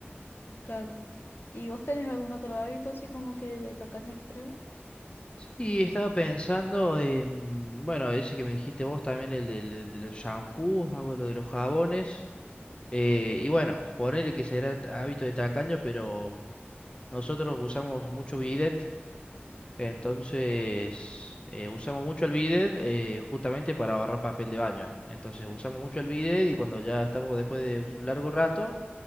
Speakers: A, on the left; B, on the left.
A: Claro. ¿Y vos tenés algún otro hábito así como que de tacaño extremo?
B: Sí, estaba pensando, en, bueno, ese que me dijiste vos también, el del- del- de, los shampoos, hago lo de los jabones. Eh, y bueno, ponele que será hábito de tacaño, pero nosotros usamos mucho bidet, entonces eh, usamos mucho el bidet eh, justamente para ahorrar papel de baño. eh. Entonces usamos mucho el bidet y cuando ya estamos después de un largo rato,